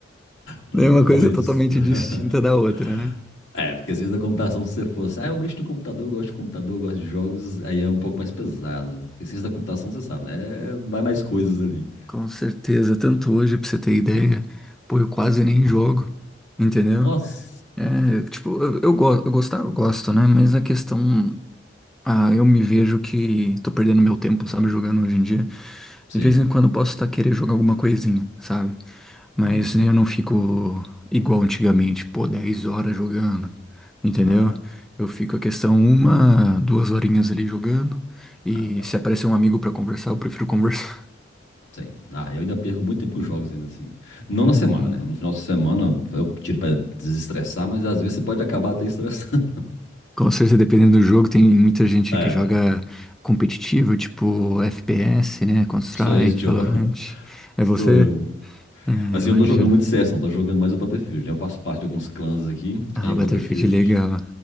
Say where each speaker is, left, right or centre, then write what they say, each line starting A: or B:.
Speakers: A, on the left; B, in the centre.
A: Dá
B: Daí é
A: Dois.
B: uma coisa totalmente
A: <laughs>
B: distinta da outra, né?
A: É, porque ciência da computação, se você fosse, ah, eu mexo no computador, eu gosto de computador, eu gosto de jogos, aí é um pouco mais pesado. Porque ciência da computação, você sabe, né? Vai mais coisas ali.
B: Com certeza, tanto hoje, pra você ter ideia, pô, eu quase nem jogo, entendeu?
A: Nossa,
B: É, tipo, eu, eu, go- eu gostar, eu gosto, né? Mas a questão, ah, eu me vejo que tô perdendo meu tempo, sabe, jogando hoje em dia.
A: sim.
B: De vez em quando eu posso estar querendo jogar alguma coisinha, sabe? Mas
A: Sim.
B: eu não fico igual antigamente, pô, 10 horas jogando, entendeu?
A: Ah,
B: Eu fico a questão uma, duas horinhas ali jogando, e
A: ah, tá.
B: se aparecer um amigo pra conversar, eu prefiro conversar.
A: Sim. Ah, eu ainda perco muito tempo com jogos ainda assim. Não
B: Hum.
A: na semana, né? No final de semana eu tiro pra desestressar, mas às vezes você pode acabar até estressando. <laughs>
B: Com certeza, dependendo do jogo, tem muita gente
A: É,
B: que joga competitivo, tipo FPS, né? Counter-Strike,
A: sou esse Joe.
B: Valorant.
A: <laughs>
B: É
A: Sou
B: você?
A: eu.
B: É, imagina.
A: Assim, eu não tô jogando muito CS, não. Tô jogando mais o Battlefield, né? Eu faço parte de alguns clãs aqui.
B: Ah,
A: Aí o
B: Battlefield
A: Battlefield
B: é legal.